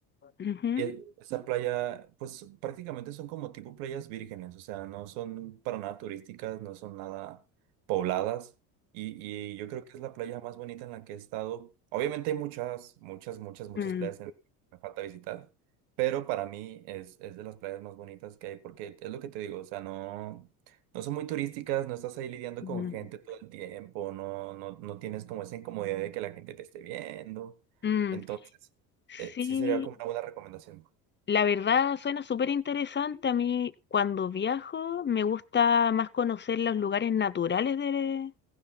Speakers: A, on the left (about 25°); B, on the right (about 75°).
A: ujú.
B: Y e- esa playa, pues prácticamente son como tipo playas vírgenes, o sea, no son para nada turísticas, no son nada pobladas. Y, y yo creo que es la playa más bonita en la que he estado. Obviamente hay muchas, muchas, muchas, muchas
A: Mm,
B: playas en- que me falta visitar, pero para mí es, es de las playas más bonitas que hay, porque es lo que te digo, o sea, no, no son muy turísticas, no estás ahí lidiando
A: mm,
B: con
A: mm.
B: gente todo el tiempo, no, no, no tienes como esa incomodidad de que la gente te esté viendo.
A: Mm,
B: Entonces...
A: Sí,
B: Eh, sí sería como una buena recomendación.
A: La verdad suena súper interesante. A mí cuando viajo me gusta más conocer los lugares naturales de,